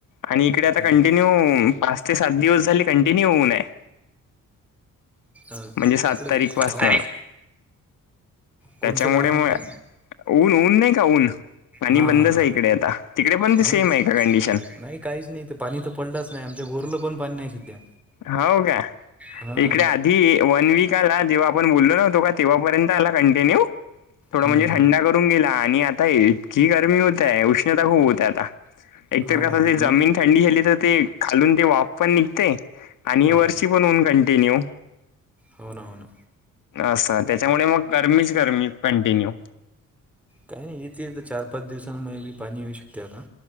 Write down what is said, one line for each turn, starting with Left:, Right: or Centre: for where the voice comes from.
Left: आणि इकडे
Centre: हम्म
Left: आता कंटिन्यू पा ते सात दिवस झाले कंटिन्यू होऊय आहे
Centre: अ,
Left: म्हणजे सात
Centre: तिकडं
Left: तारीखपासनं
Centre: गाव को कोणचं
Left: त्याच्यामुळे
Centre: गाव आहे
Left: मग
Centre: म्हणले
Left: ऊन ऊन नाही का ऊन आणि
Centre: हां
Left: बंदच
Centre: हां हां
Left: आहे इकडे आता तिकडे पण ते
Centre: हो
Left: सेम
Centre: ना
Left: आहे का कंडिशन
Centre: नाही काहीच नाही तर पाणी तर पडलंच नाही आमच्या गोरला पण पाणी नाही सध्या
Left: हो का
Centre: हां
Left: इकडे आ ही वन वीक आला जेव्हा आपण बोललो नव्हतो का तेव्हापर्यंत आला कंटिन्यू थोडं
Centre: हम्म
Left: म्हणजे
Centre: हम्म
Left: थंडा करून गेला आणि आता इतकी गरमी होतय उष्ण क
Centre: हो ना हो ना म्हणजे
Left: ज थंडी झाली तर ते खालून ते वाफ पण निघते आणि
Centre: हां
Left: वर्षी पण होऊन कंटिन्यू
Centre: हो ना हो ना
Left: असं त्याच्यामुळे मग गर्मीच गर्मी कंटिन्यू
Centre: काही नाही इथे तर चार पाच दिवसांमुळे बी पाणी येऊ शकते आता